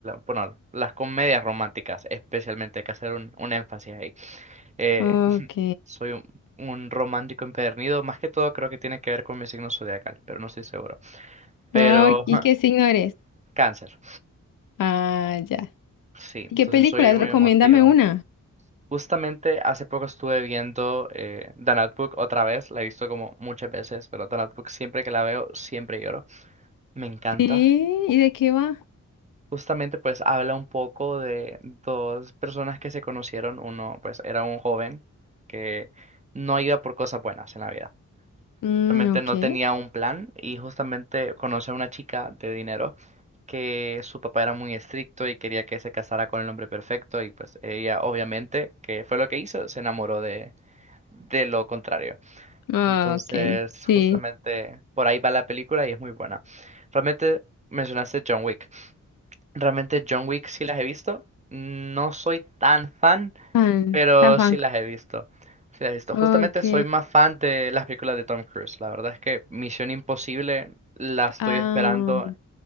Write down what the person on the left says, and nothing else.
Ok.
Ah,
¿y qué signo eres?
Ah, ya.
¿Y
qué películas?
Recomiéndame
una.
Sí, ¿y de qué va?
Mm,
ok.
Ah,
ok, sí.
Fan,
tan fan.
Ok.
Ah,